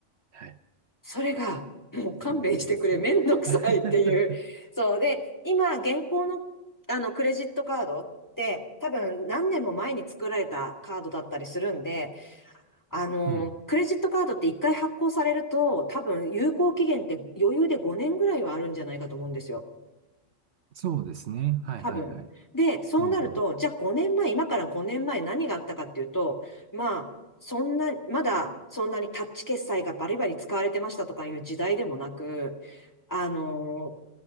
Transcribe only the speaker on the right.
はい。
そうなんですよ。
<laughs>
うん。
そうですね。はいはいはい。
うん